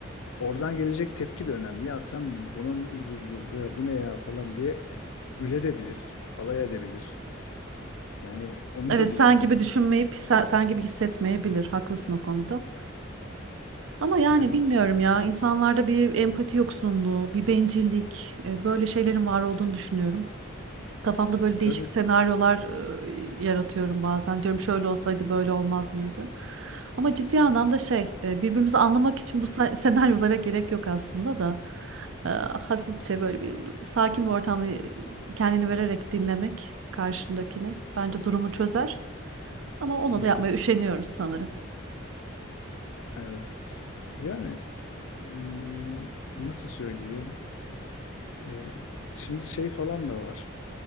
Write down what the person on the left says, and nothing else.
oradan gelecek tepki de önemli. Ya sen buna mı üzüldün ya bu ne ya falan diye güledebilir, alay edebilir. Yani onu
da
bilemeyiz.
Yani
tabii.
Hı
hı,
evet. Yani hmm, nasıl söyleyeyim? E, şimdi şey falan da var.